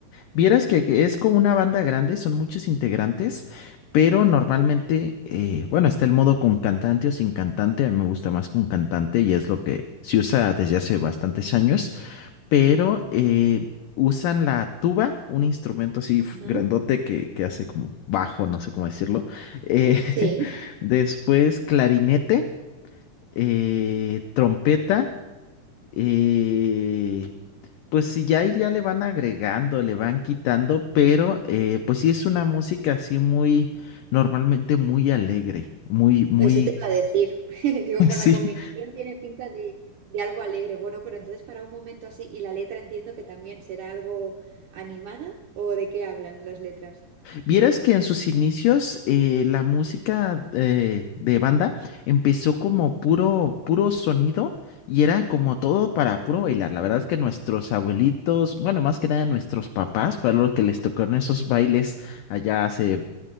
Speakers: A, on the left; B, on the right.
A: Vieras que, que es como una banda grande, son muchos integrantes, pero normalmente, eh, bueno, está el modo con cantante o sin cantante, a mí me gusta más con cantante y es lo que se usa desde hace bastantes años, pero eh, usan la tuba, un instrumento así
B: Ujú.
A: f- grandote que, que hace como bajo, no sé cómo decirlo, eh, <laughs>
B: Sí.
A: después clarinete, eh, trompeta. Eh, pues sí, ya, ahí ya le van agregando, le van quitando, pero eh, pues sí es una música así muy, normalmente muy alegre, muy, muy,
B: Eso te iba a decir. <laughs> Digo, por
A: <laughs>
B: la combinación
A: sí.
B: tiene pinta de, de algo alegre. Bueno, pero entonces para un momento así, y la letra entiendo que también será algo animada, ¿o de qué hablan las letras?
A: Vieras que en sus inicios eh, la música eh, de banda empezó como puro, puro sonido y era como todo para puro bailar. La verdad es que nuestros abuelitos, bueno, más que nada nuestros papás, fue a los que les tocaron esos bailes allá hace